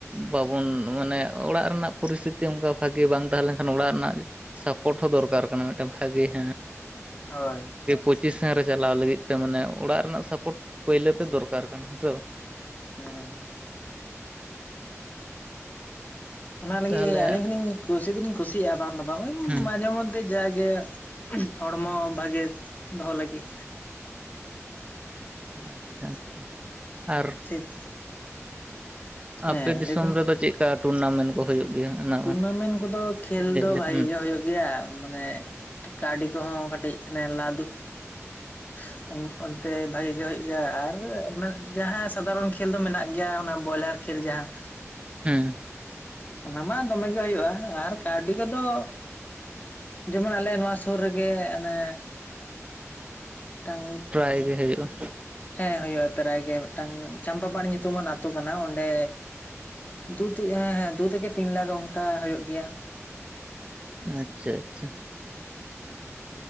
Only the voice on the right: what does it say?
ᱵᱟᱵᱚᱱ ᱢᱟᱱᱮ, ᱚᱲᱟᱜ ᱨᱮᱱᱟᱜ ᱯᱚᱨᱤᱥᱛᱷᱤᱛᱤ ᱚᱱᱠᱟ ᱵᱷᱟᱹᱜᱮ ᱵᱟᱝ ᱛᱟᱦᱮᱸ ᱞᱮᱱᱠᱷᱟᱱ ᱚᱲᱟᱜ ᱨᱮᱱᱟᱜ, ᱥᱟᱯᱳᱨᱴ ᱦᱚᱸ ᱫᱚᱨᱠᱟᱨ ᱠᱟᱱᱟ ᱢᱤᱫᱴᱮᱜ ᱵᱷᱟᱹᱜᱤ ᱦᱟᱸᱜ
ᱯᱚᱸᱪᱤ ᱥᱮᱱ ᱨᱮ ᱪᱟᱞᱟᱣ ᱞᱟᱹᱜᱤᱫ ᱛᱮ ᱢᱟᱱᱮ ᱚᱲᱟᱜ ᱨᱮᱱᱟᱜ ᱥᱟᱯᱳᱴ ᱯᱳᱭᱞᱳ ᱛᱮ ᱫᱚᱨᱠᱟᱨ ᱠᱟᱱᱟ ᱦᱮᱸᱥᱮ ᱵᱟᱝ,
<unintelligible>
ᱛᱟᱦᱚᱞᱮ
ᱦᱮᱸ
ᱟᱪᱪᱷᱟ ᱟᱪᱪᱷᱟ ᱟᱨ,
ᱟᱯᱮ ᱫᱤᱥᱚᱢ
ᱨᱮᱫᱚ ᱪᱮᱫ ᱠᱟ ᱴᱩᱨᱱᱟ ᱢᱮᱱᱴ ᱠᱚ ᱦᱳᱭᱳᱜ ᱜᱮᱭᱟ, ᱚᱱᱟ
ᱞᱟᱹᱭ
ᱞᱮᱠᱷᱟᱱ
ᱦᱩᱸ
ᱯᱨᱟᱭ ᱜᱮ ᱦᱳᱭᱳᱜᱼᱟ,
ᱟᱪᱪᱷᱟ ᱟᱪᱪᱷᱟ,